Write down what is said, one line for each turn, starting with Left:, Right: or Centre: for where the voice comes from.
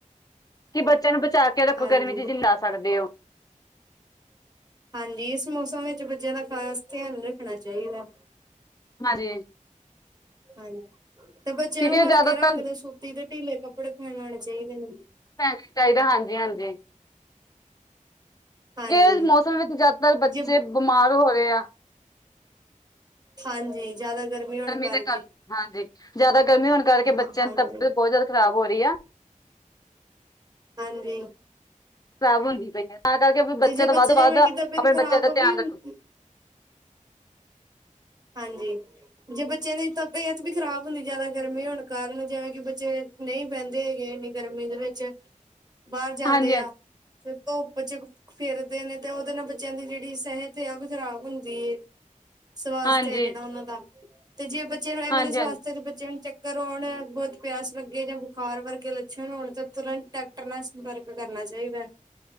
Left: ਕਿ ਬੱਚਿਆਂ ਨੂੰ ਬਚਾ ਕੇ ਰੱਖੋ
Right: ਹਾਂਜੀ
Left: ਗਰਮੀ 'ਚ ਜਿਨ ਬਚਾ ਸਕਦੇ ਓ।
Right: ਹਾਂਜੀ, ਇਸ ਮੌਸਮ ਵਿੱਚ ਬੱਚਿਆਂ ਦਾ ਖਾਸ ਧਿਆਨ ਰੱਖਣਾ ਚਾਈਦਾ।
Left: ਹਾਂਜੀ।
Right: ਹਾਂਜੀ, ਤੇ ਬੱਚਿਆਂ
Left: ਕਿਉਂਕਿ
Right: ਨੂੰ ਹਲਕੇ
Left: ਜ਼ਿਆਦਾਤਰ
Right: ਰੰਗ ਦੇ ਸੂਤੀ ਤੇ ਢੀਲੇ ਕੱਪੜੇ ਪਹਿਣਾਨੇ ਚਾਈਦੇ ਨੇ।
Left: ਪਹਿ‌ਨੇ ਚਾਈਦੇ ਹਾਂਜੀ-ਹਾਂਜੀ।
Right: ਹਾਂਜੀ।
Left: ਜੇ ਏਸ ਮੌਸਮ ਵਿੱਚ ਜਿਆਦਾਤਰ ਬੱਚੇ,
Right: ਜੇ
Left: ਬਿਮਾਰ ਹੋ ਰੇ ਆ।
Right: ਹਾਂਜੀ, ਜਿਆਦਾ ਗਰਮੀ ਹੋਣ ਕਰਕੇ।
Left: ਦੇ ਕਰ ਹਾਂਜੀ, ਜਿਆਦਾ ਗਰਮੀ ਹੋਣ ਕਰਕੇ,
Right: ਹਾਂ
Left: ਬੱਚਿਆਂ
Right: ਹਾਂਜੀ।
Left: ਦੀ ਤਬੀਅਤ ਬਹੁਤ ਜਿਆਦਾ ਖ਼ਰਾਬ ਹੋ ਰੀ ਆ।
Right: ਹਾਂਜੀ।
Left: ਖਰਾਬ ਹੁੰਦੀ ਪਈ ਏ, ਤਾਂ ਕਰਕੇ
Right: ਤੇ
Left: ਬੱਚਿਆਂ
Right: ਜੇ
Left: ਦਾ
Right: ਬੱਚੇ
Left: ਵੱਧ ਤੋਂ
Right: ਜਿਵੇਂ
Left: ਵੱਧ
Right: ਕਿ
Left: ਆਪਣੇ
Right: ਤਬੀਅਤ ਖ਼ਰਾਬ
Left: ਬੱਚਿਆਂ ਦਾ ਧਿਆਨ
Right: ਵੀ ਹੁੰ
Left: ਰੱਖੋ।
Right: ਹਾਂਜੀ, ਜੇ ਬੱਚਿਆਂ ਦੀ ਤਬੀਅਤ ਵੀ ਖ਼ਰਾਬ ਹੁੰਦੀ ਜਿਆਦਾ ਗਰਮੀ ਹੋਣ ਕਾਰਨ, ਜਿਵੇਂ ਕਿ ਬੱਚੇ ਨਈਂ ਬਹਿੰਦੇ ਹੈਗੇ, ਇੰਨੀ ਗਰਮੀ ਦੇ ਵਿੱਚ, ਬਾਹਰ ਜਾਂਦੇ
Left: ਹਾਂਜੀ ਹਾਂਜੀ
Right: ਆ ਤੇ ਧੁੱਪ ਚ ਫਿਰਦੇ ਨੇ ਤੇ ਉਹਦੇ ਨਾਲ ਬੱਚਿਆਂ ਦੀ ਜਿਹੜੀ ਸਿਹਤ ਯਾ, ਉਹ ਵੀ ਖ਼ਰਾਬ ਹੁੰਦੀ ਏ। ਸਵਾਸਥ
Left: ਹਾਂਜੀ
Right: ਹੈ ਜਿਹੜਾ ਉਹਨਾਂ ਦਾ, ਤੇ ਜੇ ਬੱਚਿਆਂ ਨੂੰ ਐਵੇਂ
Left: ਹਾਂਜੀ
Right: ਦੇ ਸਵਾਸਥਤ
Left: ਹਾਂਜੀ
Right: 'ਚ' ਬੱਚਿਆਂ ਨੂੰ ਚੱਕ ਕਰ ਆਉਣ ਬਹੁਤ ਪਿਆਸ ਲੱਗੇ ਜਾਂ, ਬੁਖਾਰ ਵਰਗੇ ਲੱਛਣ ਹੋਣ ਤੇ, ਤੁਰੰਤ ਟੈਕਟਰ ਨਾਲ ਵਰਕ ਕਰਨਾ ਚਾਹੀਦੈ